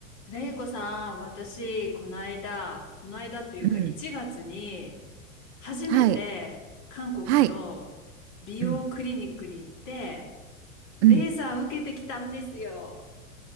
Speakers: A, on the left (about 40°); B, on the right (about 55°).
A: れいこさん、私、この間、この間というか1月に、
B: うん。
A: 初めて韓国の美容クリニックに行って、
B: はい。はい。うん。
A: レーザー受けてきたんですよ。
B: うん。